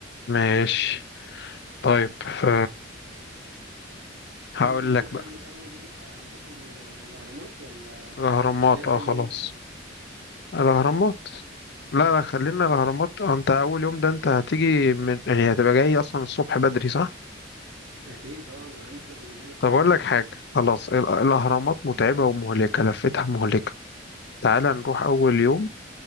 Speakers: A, on the left; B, on the right.
A: ماشي طيب ف... هقول
B: اول يوم
A: لك
B: هنعمل
A: بقى
B: اول يوم خ- هنروح ال- الأهرامات ولا
A: الأهرامات
B: نخليها تاني
A: اه خلاص
B: يوم
A: الأهرامات لا لا خلينا الأهرامات
B: آه.
A: آه، انت أول يوم ده انت هتيجي من يعني هتبقى جاي أصلا الصبح بدري صح؟
B: اكيد اه انا هنزل من هنا الساعة
A: طب أقول
B: خمسة
A: لك حاجة
B: ولا س-
A: خلاص
B: حاجة
A: ال- الأهرامات متعبة ومهلكة لفتها مهلكة تعال نروح أول يوم